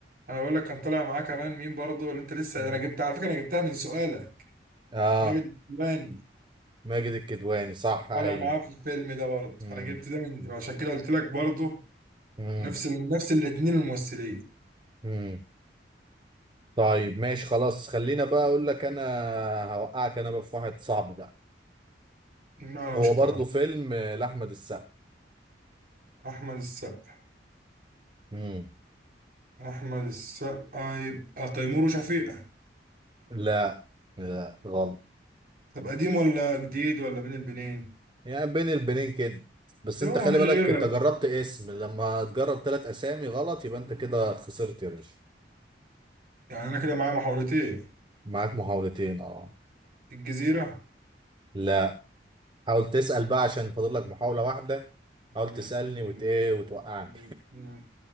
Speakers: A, on the right; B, on the right.
A: انا بقول لك كان طالع معاه كمان مين برضو اللي انت لسه
B: مم.
A: انا جبتها على فكره انا جبتها من سؤالك
B: اه
A: ماجد الكدواني
B: ماجد الكدواني صح ايوه
A: طالع معاه في الفيلم ده برضو
B: مم.
A: فانا جبت ده من عشان كده قلت لك برضو
B: مم.
A: نفس ال... نفس الاتنين الممثلين
B: امم طيب ماشي خلاص خلينا بقى اقول لك انا هوقعك انا بقى في واحد صعب بقى
A: لا انا
B: هو
A: مش هطار
B: برضو فيلم آه، لاحمد السقا
A: احمد السقا
B: امم
A: احمد السقا يبقى تيمور وشفيقة
B: لا لا غلط
A: طب قديم ولا جديد ولا بين البنين
B: يعني بين البنين كده بس
A: ده
B: انت
A: هو
B: خلي
A: مفيش
B: بالك
A: غيره
B: انت جربت اسم لما تجرب ثلاث اسامي غلط يبقى انت كده خسرت يا باشا
A: يعني انا كده معايا محاولتين
B: معاك محاولتين اه
A: الجزيره
B: لا حاول تسأل بقى عشان فاضل لك محاولة واحدة
A: مم،
B: حاول تسألني
A: مم،
B: وت ايه
A: مم،
B: وتوقعني
A: مم، مم.